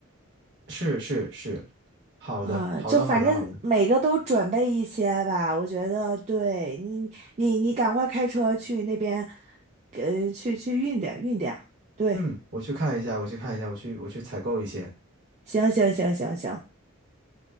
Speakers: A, on the right; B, on the right.
A: 是是是，好的，
B: 啊、
A: 好的，
B: 就反正每个都准备一些吧，
A: 好的，好的。
B: 我觉得对你，你你赶快开车去那边，呃，去去运点运点。对，
A: 嗯，我去看一下，我去看一下，我去我去采购一些。
B: 行行行行行，